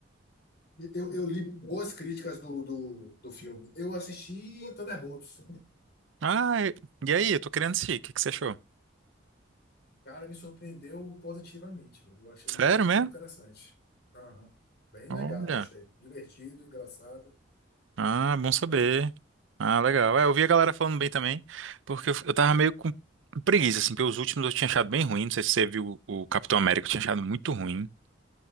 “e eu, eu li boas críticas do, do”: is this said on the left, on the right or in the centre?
Left